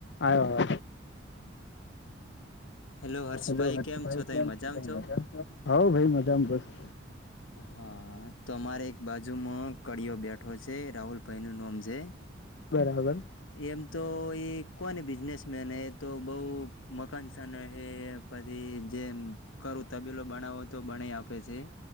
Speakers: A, on the left (about 60°); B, on the left (about 85°).
A: આવો આવ
B: hello હર્ષભાઈ
A: hello ભાઈ
B: છો તમે
A: કેમ
B: મજામાં
A: છ
B: છો?
A: મજા ભાઈ મજામાં બસ
B: હા તો અમારે એક બાજુમાં કડીિયો બેઠો છે રાહુલભાઈ નું નામ છે
A: બરાબર.
B: એમ તો એ કોની બિઝનેસમેન એ તો બહ મકાનસને પછી જે કરું તબીલો બનાવો તો બના આપે છે